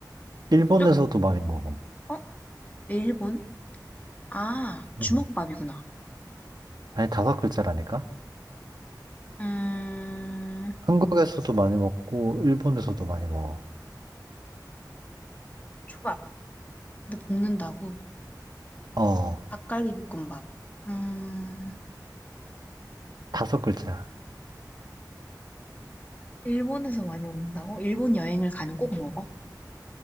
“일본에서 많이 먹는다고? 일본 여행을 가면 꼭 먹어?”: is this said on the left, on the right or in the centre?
Left